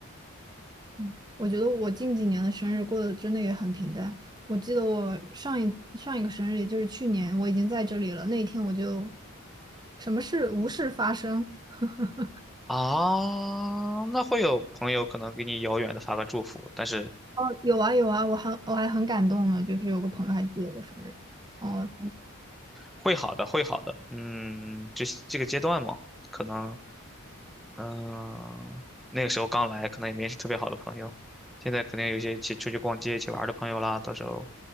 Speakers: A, on the right (about 20°); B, in the centre.
A: 嗯我觉得我近几年的生日过得真的也很平淡。我记得我上一上一个生日，也就是去年，我已经在这里了。那一天我就什么事无事发生。<laughs>
B: 啊。那会有朋友可能给你遥远的发个祝福，但是
A: 哦，有啊有啊，我还我还很感动呢，就是有个朋友还记得我生日。哦，
B: 会好的，会好的。嗯，这这个阶段嘛，可能嗯，那个时候刚来，可能也没是特别好的朋友。现在肯定有一些一起出去逛街、一起玩儿的朋友啦。到时候，